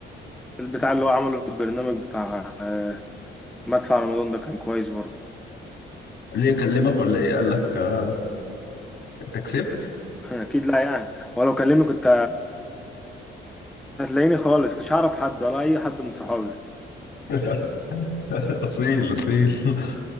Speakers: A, in the centre; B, on the left.
A: البتاع اللي هو عمله البرنامج بتاع آه، مدفع رمضان ده كان كويس برضه
B: ليه يكلمك ولا ايه قال لك آه، انت كسبت
A: <laughs> اكيد لا يعني ولو كلمني كنت هتلاقيني خالص كنتش هعرف حد ولا اي حد من صحابي
B: <laughs> اصيل اصيل